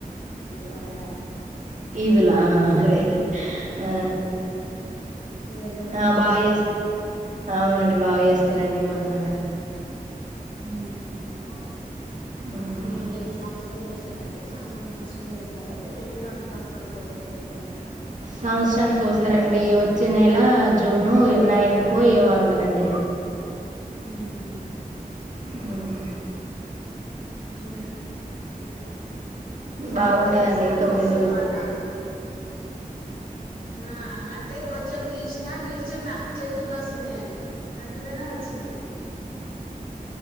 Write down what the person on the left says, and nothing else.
పండగ
నీ దగ్గర బా
చేేస్తరా
మ్మ్ హు
మీ ఈ సంవసరం చేసారా అండి సంస్రం సంస్రం చేస్తారా లేకుంటే రెండు సంవత్సరాల కోసారి చేస్తారా
మ్మ్ హు
మ్మ్ జీ <inaudible> నేనప్పుడే
తీస్తున్నా నువస్తున్నావ్
అన్న ఆ అంటే కొంచెం తీసినా నిల్చున్న చేతుల్ నొస్తున్నాయ్ అని అంతలోనే వచ్ నా